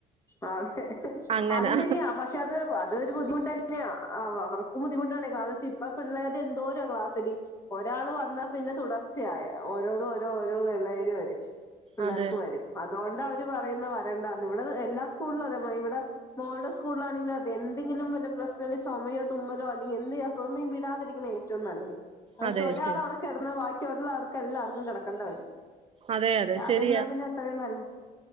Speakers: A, on the left; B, on the right.
A: അ അതെ
B: അങ്ങനാ
A: അത് ശരിയാ പക്ഷെ അത് അതും ഒരു ബുദ്ധിമുട്ട് ത ന്നെയാ അവ അവർക്കും ബുദ്ധിമുട്ടാണ് കാരണം എന്താന്ന് വെച്ചാ ഇപ്പോ പിള്ളേര് എന്തോരോ ക്ലാസ്സില് ഒരാള് വന്നാ പി ന്നെ തുടർച്ചയായ ഓരോ ഓരോ ഓരോ പിള്ളേര് വരും പിള്ളേർക്ക്
B: അതെ
A: വരും അതുകൊണ്ടാ അവര് പറയുന്നേ വരണ്ടാന്ന് ഇവിടെ എല്ലാ സ്കൂളിലും അതെ മാം ഇവിടെ മോളുടെ സ്കൂലാണെങ്കിലും അതേ എന്തെങ്കിലും വല്ല പ്രശ്നം ഉണ്ടെങ്കിൽ ചുമയോ തുമ്മലോ അല്ലെ ങ്കിൽ ഒന്നും വിടാതിരിക്കണതാ ഏറ്റവും നല്ലത് അതെന്താന്ന്
B: അതെ
A: വെച്ചാ ഒരാള്
B: ശരി
A: അവിടെ കെടന്നാൽ ബാക്കിയൊള്ളവർക്ക് എല്ലാർക്കും കിടക്കേണ്ട വരും
B: അതെ അതെ
A: വരാതിരുന്നാ
B: ശരിയാ
A: പിന്നെ അത്രയും നല്ലതാ